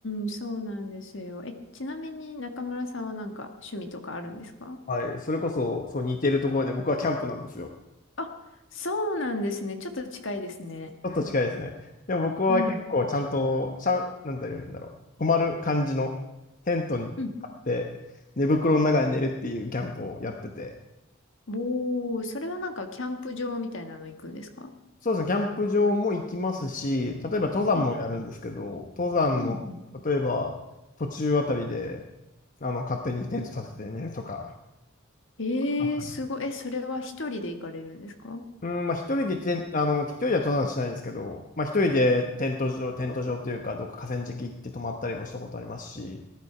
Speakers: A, on the left; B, on the left.
A: ん、そうなんですよ。え、ちなみに中村さんはなんか趣味とかあるんですか
B: はい。それこそ、そう似てるところで、僕はキャンプなんですよ。
A: あ、そうなんですね。ちょっと近いですね。
B: ちょっと近いですね。でも僕は結構ちゃんと、
A: うん。
B: ちゃん、なんて言うんだろう。泊まる感じのテントに張って、
A: うん。
B: 寝袋の中で寝るっていうキャンプをやってて。
A: おー、それはなんかキャンプ場みたいなの行くんですか
B: そうですね、キャンプ場も行きますし、例えば登山もやるんですけど、
A: うん
B: 登山の、
A: うんうん。
B: 例えば途中あたりで、あの、勝手にテント立てて寝るとか。
A: えー、
B: あったね
A: すごい。え、それは一人で行かれるんですか
B: うん、まあ一人でテン、あの、一人では登山しないですけど、まあ一人でテント場、テント場というか、どっか河川敷行って泊まったりもしたことありますし、